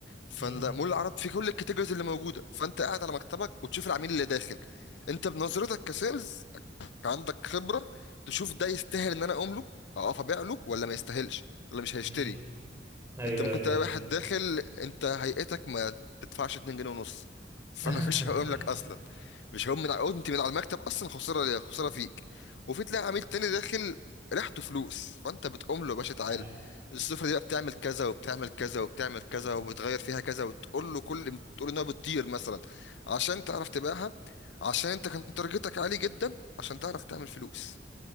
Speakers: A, on the left; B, on the right.
A: فلا
B: امم
A: مول العرب فيه كل الكاتيجوريز اللي موجودة فانت قاعد على مكتبك وتشوف العميل اللي داخل انت بنظرتك كسيلز عندك خبرة تشوف ده يستاهل ان انا اقوم له اقف ابيع له ولا ما يستاهلش ولا مش هيشتري
B: امم ايوه
A: انت ممكن
B: ايوه
A: تلاقي واحد داخل انت هيئتك ما تدفعش 2 جنيه ونص فانا
B: <laughs>
A: <laughs> مش هقوم لك اصلا مش هقوم من على قمت من على المكتب اصلا خساره ليا خساره فيك وفي تلاقي عميل تاني داخل ريحته فلوس فانت بتقوم له يا باشا تعالى
B: ايوه
A: السفره دي بقى بتعمل كذا وبتعمل كذا وبتعمل كذا وبتغير فيها كذا وتقول له كل تقول انها بتطير مثلا عشان تعرف تبيعها عشان انت كان تارجتك عالي جدا عشان تعرف تعمل فلوس